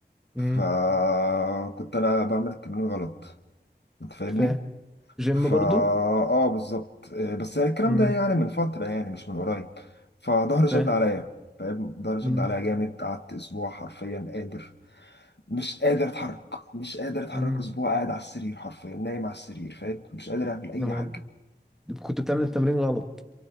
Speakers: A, in the centre; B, on the left.
A: امم
B: فكنت انا بعمل التمرين غلط انت فاهمني
A: فاهم جيم
B: فا
A: برضو
B: اه بالظبط آه، بس يعني الكلام
A: امم
B: ده يعني من فتره يعني مش من قريب فظهري
A: فاهم
B: شد عليا فاهم ظهري شد
A: امم
B: عليا جامد قعدت اسبوع حرفيا قادر مش قادر اتحرك مش قادر اتحرك
A: امم
B: اسبوع قاعد على السرير حرفيا نايم على السرير فاهم مش قادر اعمل اي
A: أنا
B: حاجه
A: كنت بتعمل التمرين غلط